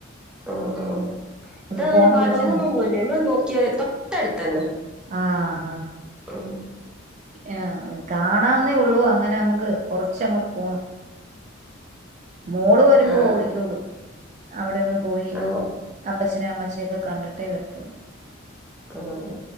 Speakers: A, in the centre; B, on the right.
A: മ്മ് മ്മ് ഇതങ്ങനെ
B: ഫോൺ
A: ബ
B: വിളിച്ചാ
A: അങ്ങനൊന്നൂല്ല
B: മതി
A: നമ്മള് നോക്കിയ തൊട്ടടുത്തന്നെ
B: ആഹ്
A: മ്മ്
B: ആ കാണന്നേ ഉള്ളൂ അങ്ങനെ നമുക്ക് കൊറച്ചങ്ങോട്ട് പോണം മോള് വരുമ്പോ
A: ആ
B: ഓടിക്കോള്ളും അവിടൊന്ന് പോയി
A: ഓ
B: അപ്പച്ചനെം അമ്മച്ചയൊക്കെ കണ്ടിട്ട് ട്ടെ വരുത്തുള്ളൂ
A: ആഹ്